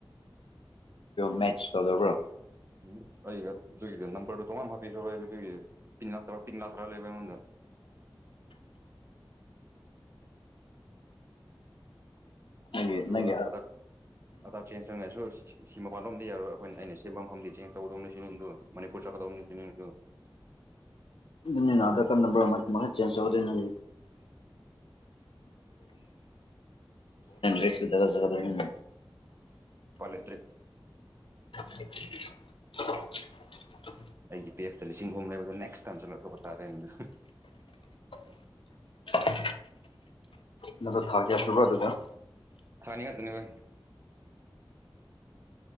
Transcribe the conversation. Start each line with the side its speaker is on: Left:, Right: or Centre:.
Left: ꯃꯦꯆ ꯊꯣꯛꯗꯕ꯭ꯔꯣ
Right: ꯎꯝ ꯑꯩꯒ ꯑꯗꯨꯒꯤꯗ ꯅꯝꯕꯔꯗꯨꯣ ꯇꯣꯉ ꯍꯥꯞꯄꯤꯈ꯭ꯔ ꯑꯩ ꯑꯗꯨꯒꯤ ꯄ ꯄꯤꯡ ꯂꯥꯛꯇꯔꯥ ꯂꯩꯕ ꯑꯩꯉꯣꯟꯗ
Left: <inaudible> ꯅꯪꯒꯤ
Right: ꯑꯗꯨ ꯑꯗꯨ
Left: ꯅꯪꯒꯤ
Right: ꯑꯗ ꯑꯗ ꯆꯦꯟꯖ ꯆꯪꯉꯥꯏꯁꯨ ꯑꯣꯏꯁꯤ ꯁꯤ ꯃꯄꯥꯟꯂꯣꯝꯗꯤ ꯌꯥꯔꯣꯏ ꯑꯩꯈꯣꯏ ꯑ ꯁꯦꯝꯕ ꯃꯝꯗꯤ ꯆꯦꯟꯖ ꯇꯧꯒꯗꯧꯅꯦ ꯁꯤꯅꯤꯗꯨꯣ ꯃꯅꯤ ꯄꯨꯨꯔꯆ ꯀꯗꯧꯅꯤꯁꯤꯅꯤꯣ
Left: ꯅꯅ ꯑꯙꯔ ꯀꯔꯠ ꯅꯝꯕꯔ ꯃ ꯃ ꯆꯦꯟꯖ ꯆꯥꯎꯗꯦ ꯅꯪ ꯅꯪ ꯎ ꯣ
Right: ꯭ꯔ
Left: <unintelligible>
Right: ꯑꯩꯒꯤ ꯄꯤ ꯑꯦꯐꯇ ꯂꯤꯁꯤꯡ ꯑꯍꯨꯝ ꯂꯩꯕꯗ ꯅꯦꯛꯁ ꯇꯥꯏꯝꯁꯨ ꯂꯧꯊꯣꯛꯄ ꯇꯥꯔꯦꯅ
Left: <inaudible> ꯅꯗꯨ ꯊꯥꯒꯦꯁꯨꯕ ꯑꯗꯨꯗ
Right: ꯊꯅꯤ ꯍꯥ ꯑꯗꯨꯅꯦꯕ